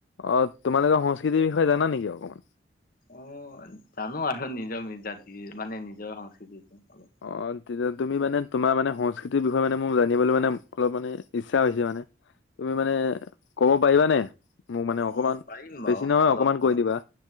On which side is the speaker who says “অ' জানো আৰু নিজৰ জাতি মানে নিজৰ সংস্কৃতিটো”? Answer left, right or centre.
Left